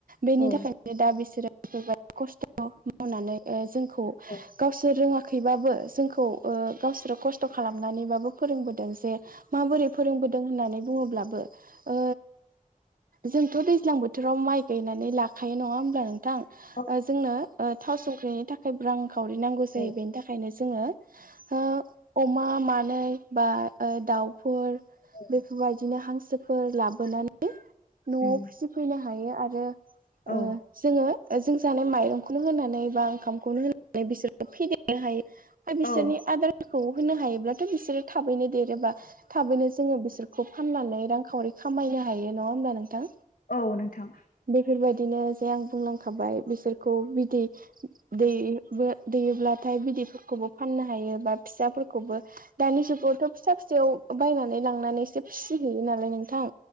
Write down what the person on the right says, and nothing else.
बेनि
थाखायनो दा बिसोरो बेफोरबायदि जोबोद खस्थ मावनानै जोंखौ
गावसोर रोङा खैबाबो जोंखौ ओ गावसोरो खस्थ खालामनानैबाबो फोरोंबोदों जे माबोरै फोरोंबोदों होननानै बुङोब्लाबो ओ जोंथ दैज्लां बोथोराव माइ गायनानै लाखायो नङा होमब्ला नोंथां ओ
जोंनो ओ थाव संख्रिनि थाखाय रां खावरि नांगौ
जायो
बेनि थाखायनो जोङो ओ अमा मानै बा ओ दाउफोर
बेफोरबायदिनो हांसोफोर लाबोनानै न'आव
फिसिफैनो हायो आरो
ओ जोङो जों जानाय माइरंखौनो होनानै बा ओंखामखौनो होनानै बिसोरखौ फेदेर हायो ओमफ्राय बिसोरनि
आदारखौ होनो हायोब्लाथ बिसोरो थाबैनो देरोबा थाबैनो जोङो बिसोरखौ फाननानै रांखावरि खामायनो हायो नङा होमब्ला नोंथां
बेफोरबायदिनो जे आं बुंलांखाबाय बिसोरखौ बिदै दै दैयोब्लाथाय बिदैफोरखौबो फाननो हायो बा फिसाफोरखौबो दानि जुगावथ फिसा फिसायाव बायनानै लांनानै सो फिसिहैयो नालाय नोंथां